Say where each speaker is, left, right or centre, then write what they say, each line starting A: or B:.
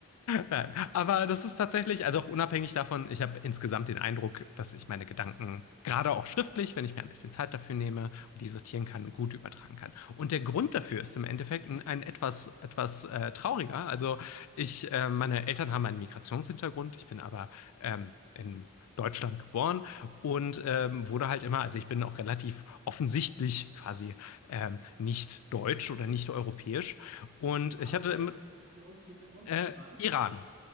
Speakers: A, on the left; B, on the right.
A: Nein, aber das ist tatsächlich, also auch unabhängig davon, ich habe insgesamt den Eindruck, dass ich meine Gedanken, gerade auch schriftlich, wenn ich mir ein bisschen Zeit dafür nehme und die sortieren kann, gut übertragen kann. Und der Grund dafür ist im Endeffekt ein, ein etwas, etwas äh, trauriger. Also ich, äh, meine Eltern haben einen Migrationshintergrund, ich bin aber ähm, in Deutschland geboren und ähm, wurde halt immer, also ich bin auch relativ offensichtlich quasi ähm, nicht deutsch oder nicht europäisch. Und
B: Darf ich fragen,
A: ich hatte
B: welchen
A: im
B: Migrationshintergrund?
A: äh,
B: Albanisch?
A: Iran